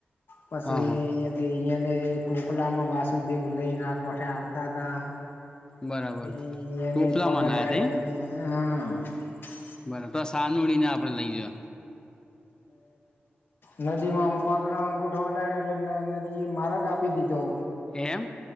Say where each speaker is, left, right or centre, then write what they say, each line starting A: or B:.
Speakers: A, on the left; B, on the left.
A: પછી
B: હા
A: અહીંયાથી
B: હા
A: અહીં અને ટોપલા માં વાસુદેવ લઈને આ કોઠે આવતા હતા
B: બરાબર
A: <unintelligible>
B: ટોપલામાં લાયા તા એમ બરાબર તો સાનુળી ને આપડે લઈ
A: નદીમાં પગનો અંગુઠો અડાયો નદી એ માર્ગ આપી દીધો
B: એમ